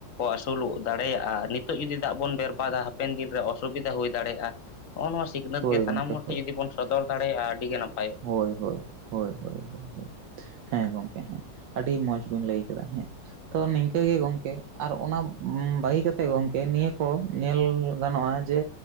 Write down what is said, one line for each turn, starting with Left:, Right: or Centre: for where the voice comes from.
Left: ᱟᱹᱥᱩᱞᱚᱜ ᱫᱟᱲᱮᱭᱟᱜᱼᱟ ᱱᱤᱛᱚᱜ ᱡᱩᱫᱤ ᱫᱟᱜ ᱵᱚᱱ ᱫᱚᱨᱠᱟᱨᱟ ᱦᱟᱯᱮᱱ ᱫᱤᱱ ᱨᱮ ᱚᱥᱩᱵᱤᱫᱷᱟ ᱦᱩᱭ ᱫᱟᱲᱮᱭᱟᱜᱼᱟ ᱱᱚᱜᱼᱚ ᱱᱚᱣᱟ ᱥᱤᱠᱷᱱᱟᱹᱛ
Right: ᱦᱳᱭ
Left: ᱜᱮ ᱥᱟᱱᱟᱢ
Right: ᱜᱚᱢᱠᱮ
Left: ᱦᱚᱲ ᱴᱷᱮᱱ
Right: ᱦᱳᱭ
Left: ᱡᱩᱫᱤ ᱵᱚᱱ ᱥᱚᱫᱚᱨ ᱫᱟᱲᱮᱭᱟᱜᱼᱟ ᱟᱹᱰᱤ ᱜᱤ ᱱᱟᱯᱟᱭ
Right: ᱦᱳᱭ ᱦᱳᱭ ᱦᱳᱭ ᱦᱳᱭ ᱦᱳᱭ ᱾ ᱦᱮᱸ ᱜᱚᱝᱠᱮ ᱦᱮᱸ ᱟᱹᱰᱤ ᱢᱚᱸᱡᱽ ᱵᱤᱱ ᱞᱟᱹᱭ ᱠᱮᱫᱟ ᱦᱮᱸ ᱾ ᱛᱚ ᱱᱤᱝᱠᱟᱹ ᱜᱮ ᱜᱚᱝᱠᱮ ᱟᱨ ᱚᱱᱟ ᱵᱟᱹᱜᱤ ᱠᱟᱛᱮᱜ ᱜᱚᱝᱠᱮ ᱱᱤᱭᱟᱹ ᱠᱚ ᱧᱮᱞ ᱜᱟᱱᱚᱜᱼᱟ ᱡᱮ